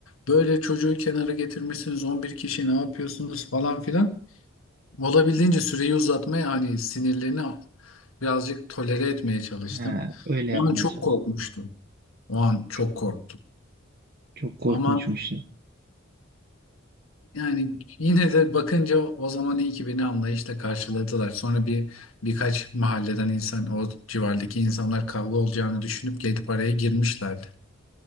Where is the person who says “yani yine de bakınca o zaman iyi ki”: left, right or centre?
Left